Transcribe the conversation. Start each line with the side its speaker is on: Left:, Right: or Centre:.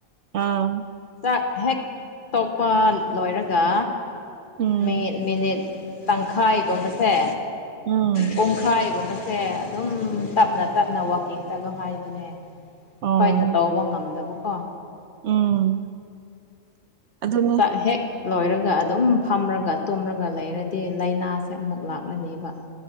Right: ꯑꯥ
Left: ꯆꯥꯛ ꯍꯦꯛ ꯇꯣꯛꯄ ꯂꯣꯏꯔꯒ
Right: ꯎꯝ
Left: ꯃꯤ ꯃꯤꯅꯤꯠ ꯇꯪꯈꯥꯏꯒꯨꯝꯕꯁꯦ
Right: ꯎꯝ
Left: ꯄꯨꯡꯈꯥꯏ ꯒꯨꯝꯕ ꯁꯦ ꯑꯗꯨꯝ ꯇꯞꯅ ꯇꯞꯅ ꯋꯥꯛꯀꯤꯡ ꯆꯠꯂꯣ ꯍꯥꯏꯕꯅꯦ
Right: ꯑꯥ
Left: ꯈꯣꯏꯅ ꯇꯧꯕ ꯉꯝꯗꯕꯀꯣ
Right: ꯎꯝ ꯑꯗꯨꯅꯦ
Left: ꯆꯥꯛ ꯍꯦꯛ ꯂꯣꯏꯔꯒ ꯑꯗꯨꯝ ꯐꯝꯔꯒ ꯇꯨꯝꯂꯒ ꯂꯩꯔꯗꯤ ꯂꯩꯅꯥꯁꯦ ꯑꯃꯨꯛ ꯂꯥꯛꯔꯅꯤꯕ